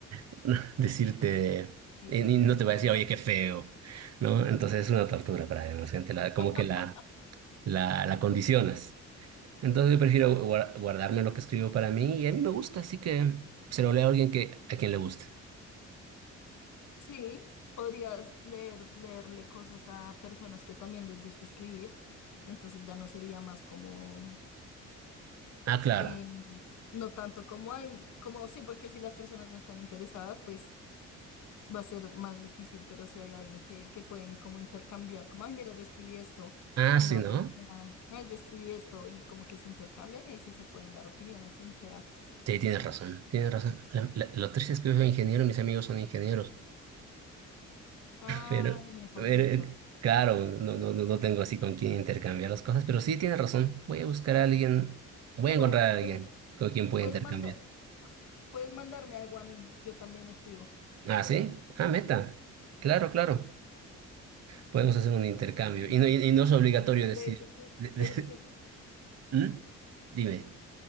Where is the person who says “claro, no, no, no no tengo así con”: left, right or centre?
Right